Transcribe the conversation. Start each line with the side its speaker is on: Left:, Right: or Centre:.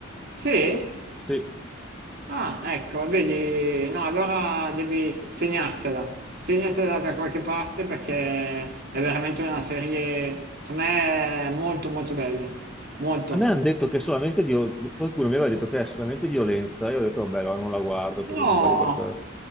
Right: Sì?
Centre: Se-
Right: Ah, ecco, vedi, no, allora devi segnartela, segnatela da qualche parte perché è veramente una serie, secondo me, molto molto bella, molto.
Centre: a me hanno detto che è solamente vio- qualcuno mi aveva detto che è solamente violenza. Io ho detto, vabbè, allora non la guardo
Right: No,
Centre: perché non voglio guardare.